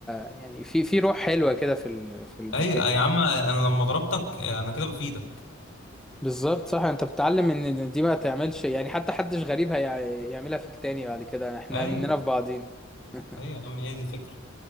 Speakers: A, in the centre; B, on the left.
A: يعني في في روح حلوه كده في ال... في المكان
B: ايوه يا عم انا لما ضربتك انا كده بفيدك
A: بالظبط صح انت بتتعلم ان إن دي ما تعملش يعني حتى حدش غريب هيعملها فيك تاني بعد كده احنا
B: ايوه
A: مننا في بعضينا <laughs>
B: ايوه يا عم هي دي الفكره